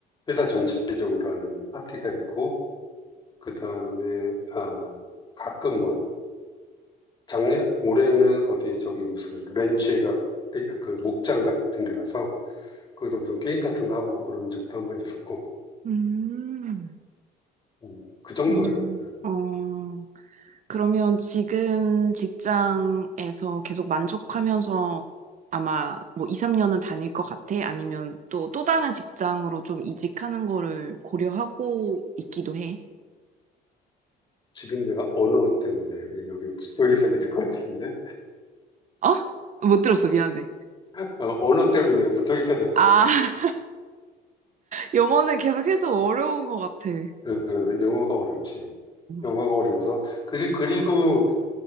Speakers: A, on the left; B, on the right.
A: 회사 전체적으로 하는 파티가 있고 그다음에 아 가끔 뭐 작년 올해는 어디 저기 무슨 렌치에가 그 목장 같은 데 가서 거기서 무슨 게임 같은 거 하고 그런 적도 한 번 있었고,
B: 음,
A: 음, 그 정도야.
B: 음,
A: 그
B: 어, 그러면 지금 직장에서 계속 만족하면서 아마 뭐 2, 3년은 다닐 것 같아? 아니면 또, 또 다른 직장으로 좀 이직하는 거를 고려하고 있기도 해?
A: 지금 내가 언어 때문에 그냥 여기 붙어 있어야 될 것 같은데?
B: 어? 못 들었어. 미안해.
A: 어, 언어 때문에 붙어 있어야 될 것
B: 아,
A: 같아.
B: <laughs> 영어는 계속 해도 어려운 것 같아.
A: 그, 그 영어가 어렵지.
B: 음.
A: 영어가 어려워서. 그리, 그리고